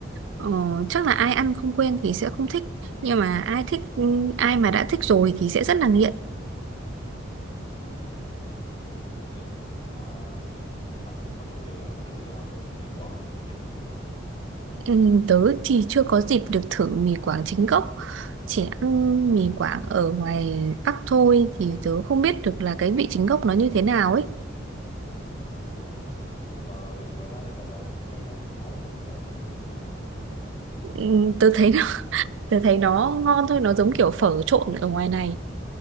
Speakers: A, on the right (about 70°); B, on the left (about 30°).
A: ờ, chắc là ai ăn không quen thì sẽ không thích nhưng mà ai thích ai mà đã thích rồi thì sẽ rất là nghiện
B: ừ. hứ. ok Ờm, bạn có bao giờ ăn thử um, mì Quảng chưa
A: Ừ, tớ thì chưa có dịp được thử mì Quảng chính gốc chỉ ăn mì Quảng ở ngoài Bắc thôi thì tớ không biết được là cái vị chính gốc nó như thế nào ấy
B: ừ. hứ. nhưng mà vị ngoài đó ấy là đồ ăn cái um, món đó ngoài đó thì nó như thế nào
A: ừ, tớ thấy nó <laughs> tớ thấy nó ngon thôi nó giống kiểu phở trộn ở ngoài này